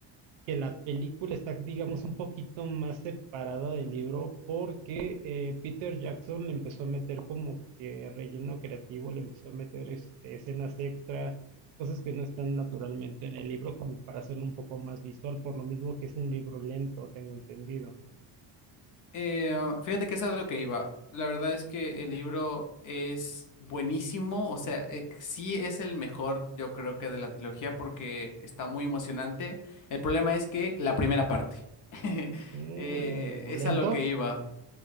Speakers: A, on the right; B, on the left.
A: que la película está, digamos, un poquito más separada del libro porque eh, Peter Jackson le empezó a meter como que relleno creativo, le empezó a meter este, escenas extra, cosas que no están naturalmente en el libro, como para hacerlo un poco más visual, por lo mismo que es un libro lento, tengo entendido.
B: Eh, ah, fíjate que eso es a lo que iba. La verdad es que el libro es buenísimo, o sea, eh, sí es el mejor, yo creo que de la trilogía porque está muy emocionante. El problema es que la primera parte. <laughs>
A: Mm,
B: Eh, es
A: ¿lento?
B: a lo que iba.